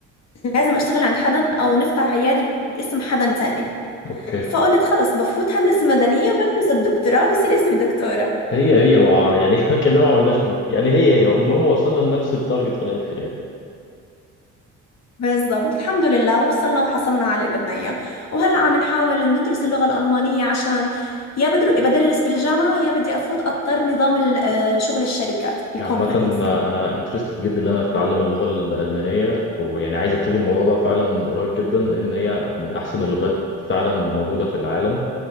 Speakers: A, on the left (about 60°); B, on the left (about 40°).
A: لازم أشتغل عند حدا أو نفتح عيادة باسم حدا تاني
B: اوكي
A: فقلت خلص بفوت هندسة مدنية وبدرس الدكتوراه بصير اسمي دكتورة
B: هي هي و... يعني <laughs> كلنا ما عملناش مهم. يعني هي هي المهم وصلنا لنفس التارجت في الاخر يعني
A: بالضبط الحمد لله وصلنا وحصلنا على اللي بدنا اياه وهلا عم نحاول ندرس اللغة الألمانية عشان يا بدر بدرس بالجامعة يا بدي أفوت أضطر نظام ال- آه، شغل الشركات الكومبانيز
B: عامة أنا انترستد جدا إن أنا أتعلم اللغة الألمانية ويعني عايز أبتدي الموضوع ده فعلا قريب جدا لأن هي من أحسن اللغات فعلا الموجودة في العالم